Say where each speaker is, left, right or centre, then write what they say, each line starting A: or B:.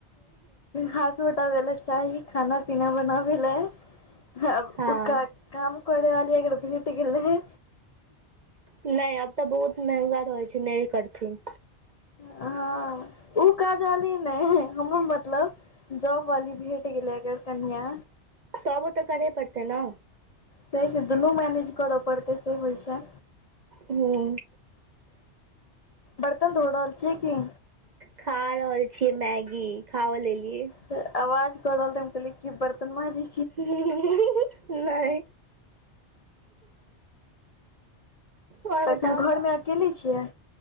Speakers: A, on the left; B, on the right.
A: हँ छोट आबे चाही खाना पीना बनाबे लए हँ आब
B: हँ
A: ओकरा काम करे वाली अगर भेट गेलइ
B: नहि एतअ तऽ बहुत महगा रहै छै नहि करथिन
A: हँ उ काज वाली नै हमर मतलब जॉब वाली भेट गेलै अगर कनिआ
B: तबो तऽ करहे पड़तै न
A: से से दुनू मैनेज करऽ पड़तै से होइ छै
B: हूँ
A: बर्तन धो रहल छियै कि
B: खा रहल छियै मैगी खाओ लेलियै
A: तऽ आवाज कऽ रहल त हम कहलिए की बर्तन माजइ
B: <inaudible> नहि आओर
A: तखन
B: बताउ
A: घरमे अकेले छियै